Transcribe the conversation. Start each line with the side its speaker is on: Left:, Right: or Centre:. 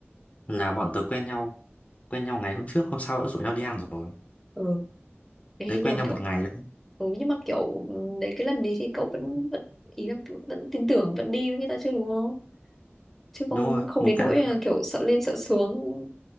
Left: là bọn tớ quen nhau quen nhau ngày hôm trước hôm sau đã rủ nhau đi ăn rồi
Centre: Ừ. Ê,
Left: đấy
Centre: nhưng
Left: quen
Centre: mà
Left: nhau
Centre: kiểu
Left: một ngày đấy
Centre: ừ, nhưng mà kiểu ừ, đấy cái lần đấy thì cậu vẫn vẫn ý là vẫn tin tưởng vẫn đi với người ta chứ đúng không? chứ không
Left: đúng rồi
Centre: không
Left: mùng
Centre: đến
Left: tám
Centre: nỗi là kiểu sợ lên sợ xuống